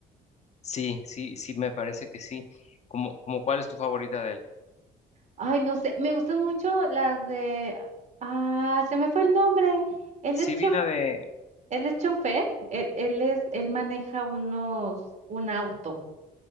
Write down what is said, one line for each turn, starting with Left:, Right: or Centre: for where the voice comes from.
Left: Sí, sí, sí, me parece que sí. ¿Como, como cuál es tu favorita de él?
Right: Ay, no sé, me gustan mucho las de... Ah, se me fue el nombre. Él
Left: Sí,
Right: es chof...
Left: vi la de
Right: él es chofer, él, él es, él maneja unos, un auto.